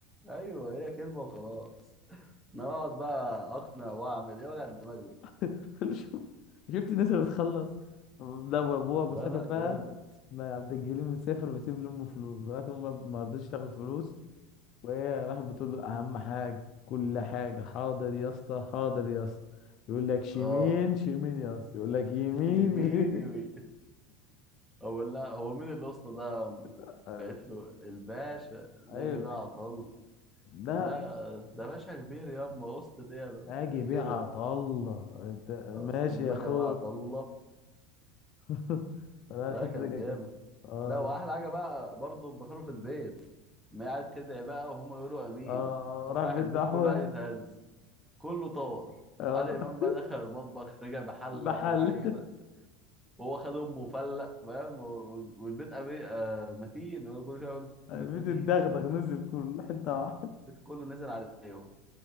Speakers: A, in the centre; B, on the left (about 45°).
A: ايوه هي كلمه وخلاص انا اقعد بقى اقنع واعمل ايه وجع الدماغ ده
B: <laughs> شوف- شفت الناس اللي بتخلص ده وابوها مسافر
A: لا لا
B: بقى
A: جامد
B: ما عبد الجليل مسافر وبيسيب لامه فلوس لغايه ما ما رضيتش تاخد فلوس وهي راحت بتقول له اهم حاجه كل حاجه حاضر يا اسطى حاضر يا اسطى يقول لك شمين
A: اه
B: شمين يا اسطى يقول لك يمين
A: <laughs> يمين
B: يمين
A: يمين اقول لها هو مين الاسطى ده
B: <laughs>
A: قالت له الباشا ناجي
B: ايوه
A: بقى عطل
B: ده
A: قال لها ده باشا كبير ياما اسطى ايه يا بابا؟
B: اجي بيع
A: كده
B: الله انت-
A: آه،
B: ماشي
A: ناجي
B: يا اخوي
A: بقى عطله
B: <laughs> لا الحته
A: لا كان
B: دي كانت
A: جامد
B: جامدة. اه
A: ده واحلى
B: لا.
A: حاجه بقى برضه لما كانوا في البيت ما قاعد تدعي بقى وهم يقولوا امين
B: اه
A: قام
B: آه، راح
A: رايح
B: بيت
A: البيت
B: دعوه
A: كله قاعد يتهز كله طار
B: اه
A: عادل امام بقى دخل المطبخ رجع بحله
B: محل
A: وكذا حاجه كده وهو خد امه وفلق فاهم و- و- والبيت أبي... آه متين هو كل شويه يقول
B: بتتدغدغ
A: البيت متين
B: نزل كل حته واحده
A: البيت كله نزل عليهم